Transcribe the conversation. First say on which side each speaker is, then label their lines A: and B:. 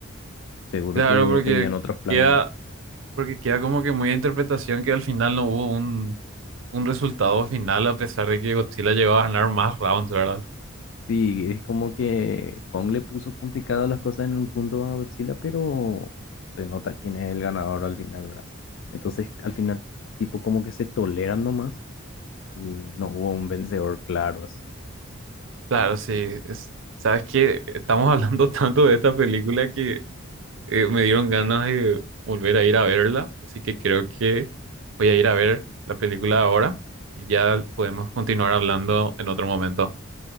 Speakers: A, on the left; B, on the right.
A: seguro
B: Claro,
A: que
B: porque
A: tenían otros planes.
B: queda, porque queda como que muy a interpretación que al final no hubo un, un resultado final a pesar de que Godzilla llegó a ganar más rounds, ¿verdad?
A: Sí, es como que Kong le puso complicadas las cosas en un punto a Godzilla, pero se nota quién es el ganador al final, ¿verdad? Entonces, al final, tipo como que se toleran nomás y no hubo un vencedor claro así.
B: Claro, sí. es- sabes que estamos <laughs> hablando tanto de esta película que eh, me dieron ganas de volver a ir a verla, así que creo que voy a ir a ver la película ahora y ya podemos continuar hablando en otro momento.